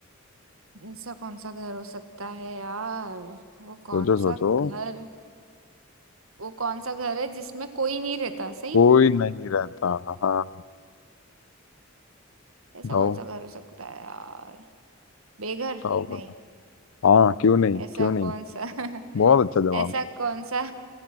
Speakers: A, on the right (about 80°); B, on the left (about 70°).
A: ऐसा कौन सा घर हो सकता है यार वो कौन
B: सोचो सोचो
A: सा घर वो कौन सा घर है जिसमें कोई नहीं रहता सही
B: कोई नहीं रहता हाँ
A: ऐसा
B: बताओ
A: कौन सा घर हो सकता है यार बेघर
B: बताओ
A: नहीं
B: बताओ हाँ क्यों नहीं
A: ऐसा
B: क्यों नहीं
A: कौन सा <laughs>
B: बहुत अच्छा जवाब
A: ऐसा कौन सा